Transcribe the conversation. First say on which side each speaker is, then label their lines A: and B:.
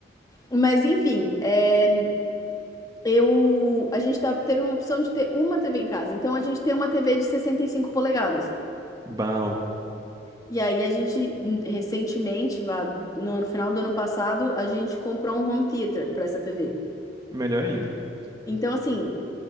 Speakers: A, on the left (about 20°); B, on the right (about 20°).
A: Mas enfim, é, eu a gente tá- teve uma opção de ter uma TV em casa. Então a gente tem uma TV de 65 polegadas.
B: Bom,
A: E aí a gente hum, recentemente, vá, no ano- final do ano passado, a gente comprou um home theater para essa TV.
B: melhor ainda.
A: Então assim,